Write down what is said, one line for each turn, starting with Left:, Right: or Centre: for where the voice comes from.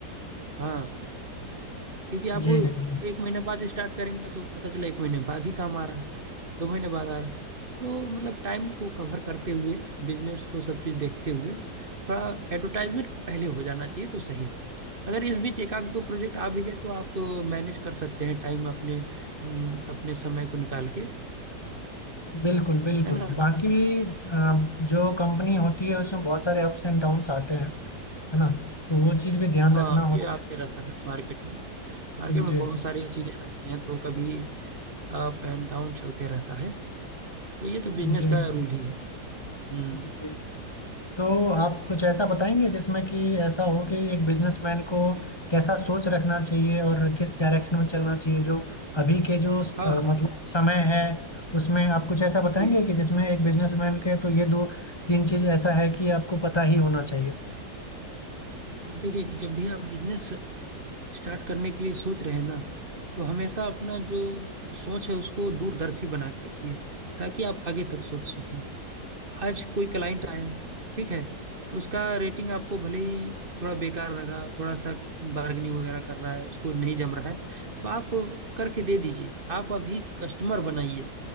Right: हाँ क्योंकि आप
Left: जी
Right: वो
Left: जी जी
Right: एक महीने बाद स्टार्ट करेंगे तो पता चला एक महीने बाद ही काम आ रहा है दो महीने बाद आ रहा है तो मतलब टाइम को कवर करते हुए बिजनेस को सब चीज़ देखते हुए थोड़ा एडवर्टाइजमेंट पहले हो जाना चाहिए तो सही है अगर इस बीच एक आध दो प्रोजेक्ट आ भी गए तो आप मैनेज कर सकते हैं टाइम अपने अम, अपने समय को निकाल के
Left: बिल्कुल बिल्कुल
Right: है ना
Left: बाकी अ, जो कंपनी होती है उसमें बहुत सारे अप्स एंड डाउन्स आते हैं है ना तो वो चीज़ भी ध्यान
Right: हाँ
Left: रखना
Right: ये
Left: होता
Right: आते
Left: है
Right: रहता है मार्केट में मार्केट में
Left: जी
Right: बहुत
Left: जी
Right: सारी चीज़ें रहती हैं तो कभी अप एंड डाउन चलते रहता है तो ये तो बिजनेस
Left: जी
Right: का
Left: जी
Right: रूल ही है हम्म
Left: जी जी तो आप कुछ ऐसा बताएंगे जिसमें कि ऐसा हो कि एक बिजनेसमैन को कैसा सोच रखना चाहिए और किस डायरेक्शन में चलना चाहिए जो अभी के जो अ,
Right: हाँ हाँ
Left: मतलब समय है उसमें आप कुछ ऐसा बताएंगे
Right: जी
Left: कि जिसमें एक बिजनेसमैन के तो ये दो तीन चीज ऐसा है कि आपको पता ही होना चाहिए
Right: हाँ देखिए जब भी आप बिजनेस स्टार्ट करने के लिए सोच रहे हैं ना तो हमेशा अपना जो सोच है उसको दूरदर्शी बना के रखिए ताकि आप आगे तक सोच सकें आज कोई क्लाइंट आया ठीक है उसका रेटिंग आपको भले ही थोड़ा बेकार लगा थोड़ा सा बार्गेनिंग वगैरह कर रहा है उसको नहीं जम रहा है तो आप करके दे दीजिए आप अभी कस्टमर बनाइए